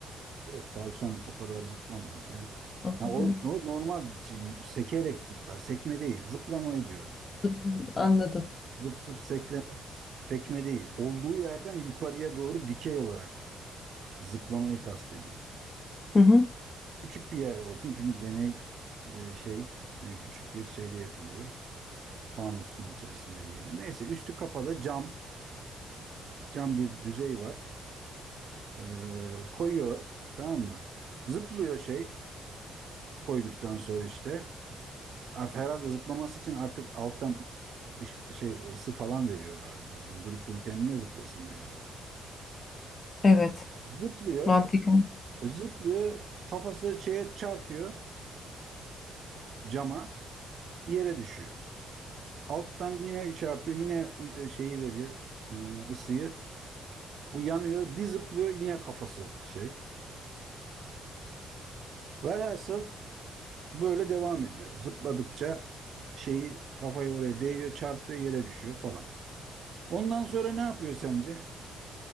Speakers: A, on the right (about 60°); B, on the left (about 40°).
A: Yok tavşan o kadar zıplamaz ya.
B: Anladım.
A: Ha, o no- normal şey, sekerek zıplar. Sekme değil. Zıplamayı diyorum.
B: Zıp- Anladım.
A: Zıp zıp sekleme, sekme değil. Olduğu yerden yukarıya doğru dikey olarak zıplamayı kastediyorum.
B: Hı hı.
A: Küçük bir yer olsun çünkü deney e, şey e, küçük bir şeyde yapılıyor. Fanusun içerisinde diyelim. Neyse üstü kapalı cam cam bir düzey var. Ee, koyuyor tamam mı? Zıplıyor şey koyduktan sonra işte. Artık herhalde zıplaması için artık alttan ış- şey ısı falan veriyor galiba. Yani durup dururken niye zıplasın bir hayvan?
B: Evet.
A: Zıplıyor,
B: Mantıken.
A: zıplıyor, kafası şeye çarpıyor cama, yere düşüyor. Alttan yine şey yapıyor, yine ı- şeyi veriyor, ı, ısıyı. Bu yanıyor, bir zıplıyor yine kafası şey. Velhasıl böyle devam ediyor. Zıpladıkça şeyi kafayı oraya değiyor, çarpıyor, yere düşüyor falan. Ondan sonra ne yapıyor sence?